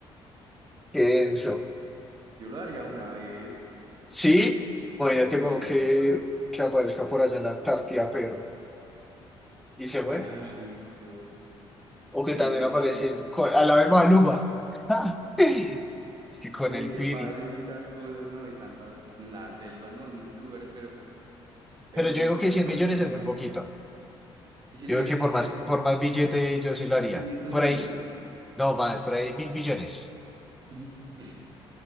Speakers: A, in the centre; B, on the right.
A: Qué denso.
B: Yo lo haría una vez,
A: Sí, imagínate
B: pero.
A: como que,
B: sí-
A: que aparezca por allá en la Antártida, perro, y se muere.
B: Ay, Dios.
A: O que
B: Puede
A: también
B: que
A: aparecen
B: pase.
A: co- a la vez Maluma. <laughs> Es que con
B: Puede
A: el
B: que
A: Piri.
B: pase muchas cosas, ¿no? Y tantas en la selva, ¿no? En muchos lugares, pero, pero
A: Pero yo digo
B: más
A: que cien
B: probabilidad
A: millones
B: del
A: es
B: mar.
A: muy poquito.
B: Y si
A: Yo
B: le dieran,
A: digo que por
B: no sé,
A: más, por más billete
B: 500
A: yo sí lo haría.
B: 500
A: Por
B: millones.
A: ahí, s- no más, por ahí mil millones.
B: <laughs>